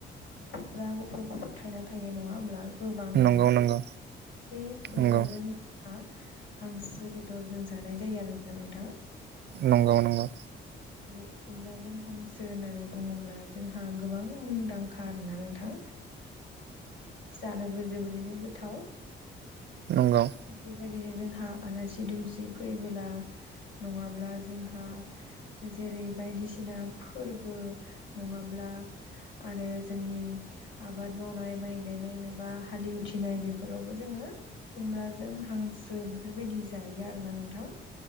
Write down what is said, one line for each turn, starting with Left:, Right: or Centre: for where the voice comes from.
Left: खुमब्रा गुफुर गुफुर थायना थायो नङा होमब्ला। गोबाङैनो
Right: नंगौ नंगौ
Left: बे खुमब्राजों।
Right: नंगौ
Left: हा हांसो बेदरजों जानाय जायो आरोना नोंथां।
Right: नंगौ नंगौ।
Left: बे खुमब्राजों हांसो होननानै बुङोब्ला जोंहा गोबां मुंदांखा आरोना नोंथां। जानोबो जोबोरैनो गोथाव।
Right: नंगौ।
Left: थिग बेबायदिनो जोंहा आलासि दुमसि फैबोला नङाब्ला जोंहा‌। जेरै बायदिसिना फोरबो नङाब्ला आरो जोंनि। आबाद मावनाय माइ गायनाय मायबा हालि उथिनाय बेफोरावबो जोङो खुमब्रा जों हांसो बेफोरबायदि जायो आरोना नोंथां।